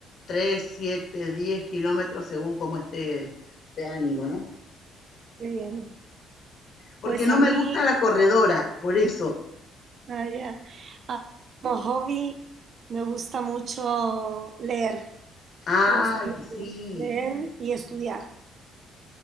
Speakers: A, on the left; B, on the right.
A: 3 7 10 kilómetros según cómo esté de ánimo, ¿no?
B: qué bien.
A: Porque
B: Pues
A: no
B: a
A: me
B: mí,
A: gusta la corredora, por eso.
B: ah, ya. Ah, Como hobby, me gusta mucho leer.
A: Ay,
B: Me gusta mucho
A: que sí.
B: leer y estudiar.